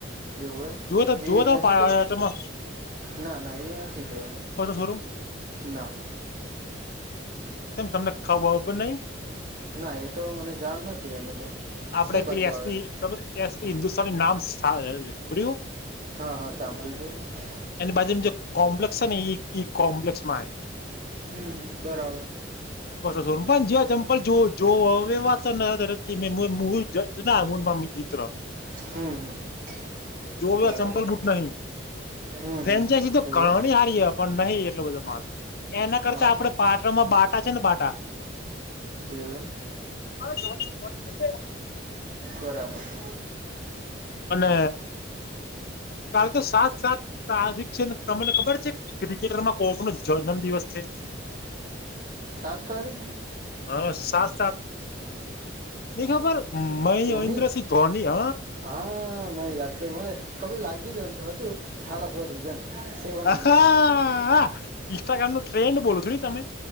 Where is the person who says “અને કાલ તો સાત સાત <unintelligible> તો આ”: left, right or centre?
Left